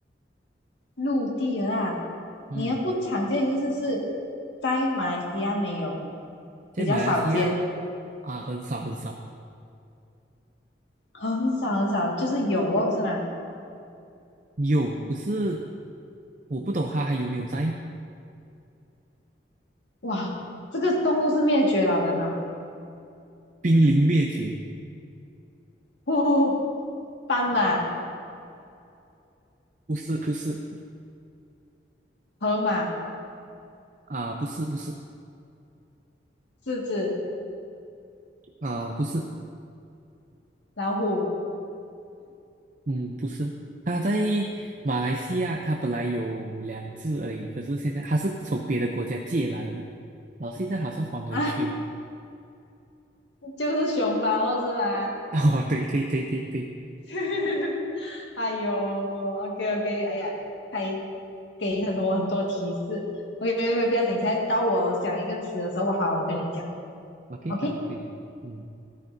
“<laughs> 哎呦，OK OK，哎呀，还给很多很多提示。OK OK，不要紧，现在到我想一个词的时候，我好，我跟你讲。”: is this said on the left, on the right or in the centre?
Left